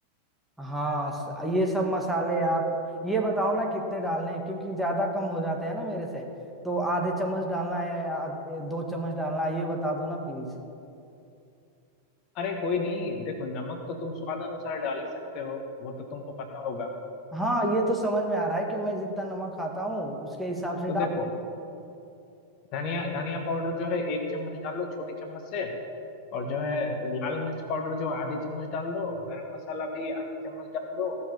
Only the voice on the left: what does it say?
अरे कोई नहीं देखो नमक तो तुम स्वाद अनुसार डाल ही सकते हो वो तो तुमको पता होगा
तो
देखो
धनिया धनिया पाउडर जो है एक चम्मच डालो छोटी चम्मच से और जो है लाल मिर्च पाउडर जो आधी चम्मच डाल दो गरम मसाला भी आधी चम्मच डाल दो